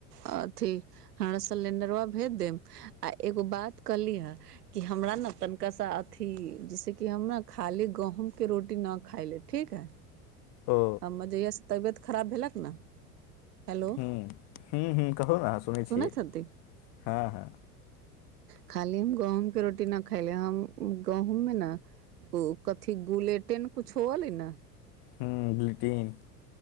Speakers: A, on the right; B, on the left.
A: अथि। हमरा सिलेंडरबा भेज देब, आ एगो बात कहली हे कि हमरा ने तनिका सा अथ। अथी जैसेकि हम ने खाली गहूँमके रोटी न खाइ ले। ठीक हइ,
B: ओ
A: हम्मे जहिया से तबियत खराब भेलक ने। हेलो
B: हूं, हूं हूं, कहू ने सुनै
A: सुनैत
B: छि,
A: हती
B: हँ हँ।
A: खाली हम गहुँम के रोटी न खायले, हम गहूँम में न। ओ कथी गुलेटेन, कुछो अलै ने।
B: हू, गुलिटीन।